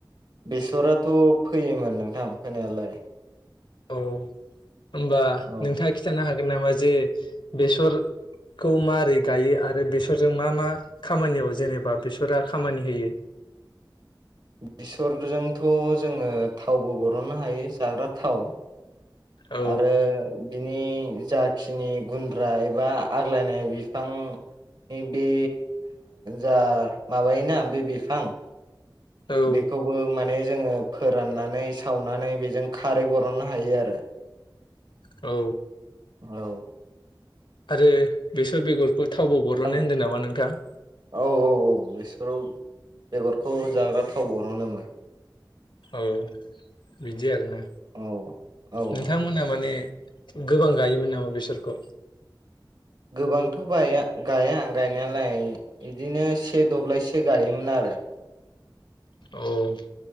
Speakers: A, on the right (about 60°); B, on the left (about 75°).
A: बेसराथ' फैयोमोन नोंथां फोनायालाय।
B: औ होनबा
A: औ
B: नोंथाङा खिन्थानो हागोन नामा जे बेसर खौ मारै गायो आरो बेसरजों मा मा खामानियाव जेनेबा बेसरा खामानि होयो?
A: बेसरजोंथ' जोङो थावबो बरननो हायो जाग्रा थाव
B: औ
A: आरो बिनि जाखिनि गुन्द्रा एबा आग्लायनाय बिफां नि बे जा माबायोना बे बिफां
B: औ
A: बेखौबो माने जोङो फोराननानै, सावनानै बेजों खारै बरननो हायो आरो।
B: औ।
A: औ।
B: आरो बेसर बेगरखौ थावबो बरननो
A: औ
B: होनदों नामा नोंथां?
A: औ औ औ बेसोर बेगरखौ जाग्रा थाव बर'नोमोन।
B: औ बिदि आरो ना
A: औ औ
B: नोंथांमोना माने गोबां गायोमोन नामा बेसरखौ?
A: गोबांथ' बाया गाया गायनायालाय इदिनो से दब्लायसो गायोमोन आरो। <unintelligible>
B: औ।